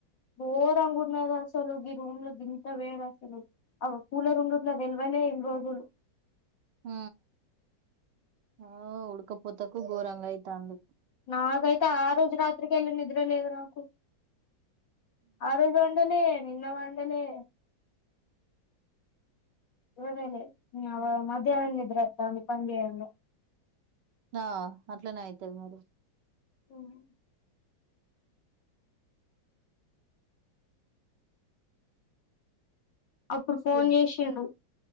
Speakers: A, on the left; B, on the right.
A: బోర్ అనుకుంటున్నారు అసలు ఈ రూమ్లో గంత వేడు అసలు అవ కూలర్ ఉండట్టు నా తెల్వనే తెల్వద్ గును <unintelligible>
B: హ ఆ ఉడుక <unintelligible> ఘోరంగా అయితుంది
A: నాకైతే ఆ రోజు రాత్రికెళ్ళి నిద్ర లేదు నాకు ఆ రోజు ఎండలే నిన్న వండలే <unintelligible>
B: ఆ అట్లనే అయితది మరి
A: మ్ అప్పుడు ఫోన్
B: కే
A: చేసిండు